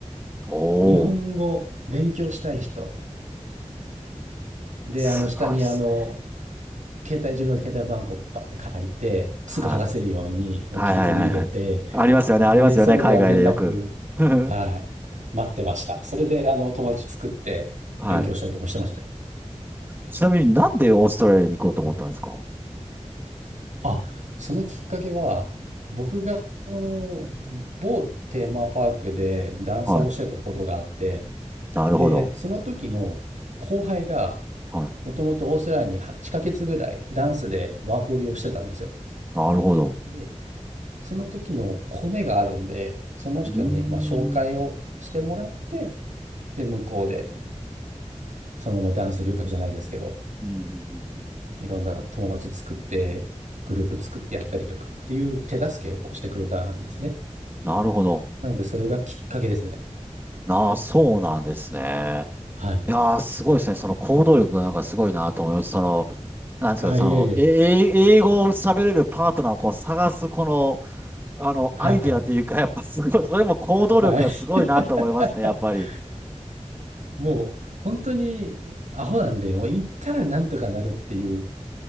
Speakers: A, on the right (about 15°); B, on the right (about 85°).
A: お
B: 日本語勉強したい人って。
A: お。
B: で、
A: すごいですね。
B: あの、下にあの、携帯、自分の携帯番号をバーって書いて、すぐ剥がせるように切り込み入れて、
A: はい。はいはいはいはい。ありますよね、
B: で、
A: ありますよね、
B: それであの連絡、
A: 海外でよく。<laughs>
B: はい、待ってました。それで、あの、友達作って勉強したりとかしてましたね。
A: はい。ちなみになんでオーストラリアに行こうと思ったんですか
B: うんあ、そのきっかけは、僕が、あの、某テーマパークでダンサーをしてたことがあって、
A: はい。なるほど。
B: で、その時の後輩が、
A: はい。
B: もともとオーストラリアに8ヶ月ぐらいダンスでワーホリをしてたんですよ。
A: なるほど。
B: で、その時のコネがあるんで、その人にまあ紹介をしてもらって、
A: うーん。うん
B: で、向こうでそのままダンス留学じゃないですけど、
A: うんうんうん
B: いろんな友達作って、グループ作ってやったりとかっていう手助けをこうしてくれたんですね。
A: なるほど。
B: なので、それがきっかけですね。
A: なあ、そうなんですね。
B: はい。
A: いやー、すごいですね。その行動力がなんかすごいなと思います。その、なんですか、
B: あ、
A: その、
B: いえいえ。
A: え、え英語を喋れるパートナーをこう探す、この、あの、
B: はい。
A: アイデアというか、やっぱすごい、それも行動力がすごいなと思いますね、
B: はい。<laughs>
A: やっぱり。
B: もう、本当にアホなんで、もう行ったらなんとかなるっていう、